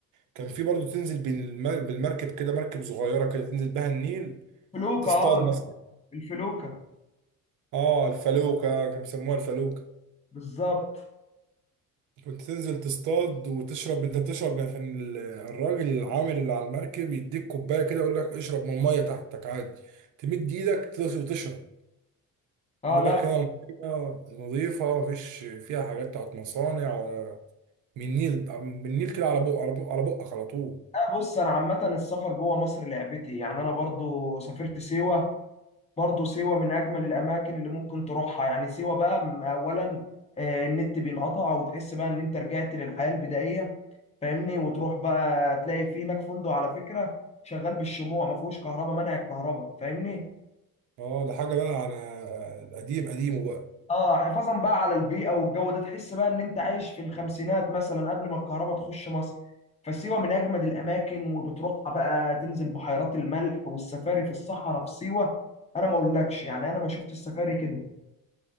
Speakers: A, on the right (about 60°); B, on the left (about 20°).
A: كان في برضو تنزل بالمر- بالمركب كده مركب صغيرة كده تنزل بها النيل
B: فلوكه
A: تصطاد
B: اه
A: مثلا
B: الفلوكه
A: آه الفلوكة كانوا بيسموها الفلوكة
B: بالظبط
A: كنت تنزل تصطاد وتشرب انت بتشرب يعني كان ال- الراجل العامل اللي على المركب يديك كوبايه كده يقول لك اشرب من الميه تحتك عادي تمد ايدك تدوس وتشرب
B: اه
A: يقول
B: لا
A: لك هنا الميه نظيفه مفيش فيها حاجات بتاعت مصانع ولا من النيل من النيل كده على بق على بق على بقك على طول
B: آه، بص انا عامه السفر جوه مصر لعبتي يعني انا برضو سافرت سيوه برضه سيوة من أجمل الأماكن اللي ممكن تروحها يعني سيوة بقى م- أولا آه، النت بينقطع وتحس بقى إن أنت رجعت للحياة البدائية فاهمني وتروح بقى تلاقي في هناك فندق على فكرة شغال بالشموع ما فيهوش كهرباء منع الكهرباء فاهمني
A: اه ده حاجه بقى على القديم قديمه بقى
B: اه حفاظا بقى على البيئة والجو ده تحس بقى إن أنت عايش في الخمسينات مثلا قبل ما الكهرباء تخش مصر فسيوة من أجمد الأماكن وبتروحها بقى تنزل بحيرات الملح والسفاري في الصحراء في سيوة أنا ما أقولكش يعني أنا ما شفت السفاري كده